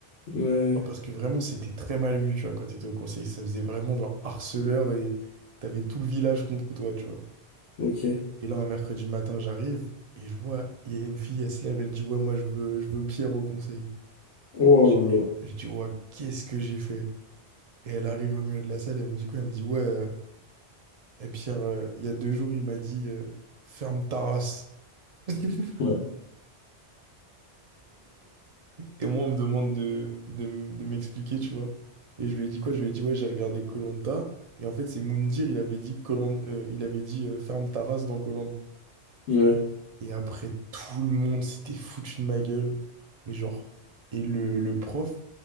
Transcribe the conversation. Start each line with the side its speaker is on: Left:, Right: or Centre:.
Left: Ouais.
Right: Parce que vraiment, c'était très mal vu, tu vois, quand t'étais au conseil. Ça faisait vraiment genre harceleur et t'avais tout le village contre toi, tu vois.
Left: Ok.
Right: Et là, un mercredi matin, j'arrive, et je vois, il y a une fille, elle se lève, elle dit, ouais, moi, je veux, je veux Pierre au conseil.
Left: Oh
Right: Je
Left: là là.
Right: je dis, ouais, qu'est-ce que j'ai fait? Et elle arrive au milieu de la salle, elle me dit quoi? Elle me dit, ouais. euh, Et puis euh, il y a deux jours, il m'a dit euh, ferme ta race. <laughs>
Left: Ouais.
Right: Et moi, on me demande de, de, m- de m'expliquer, tu vois. Et je lui ai dit quoi? Je lui ai dit, ouais, j'ai regardé koh Et en fait, c'est Moundir, il avait dit, koh il avait dit euh, ferme ta race dans koh
Left: Ouais.
Right: Et après, tout le monde s'était foutu de ma gueule. Mais genre. Et le, le prof,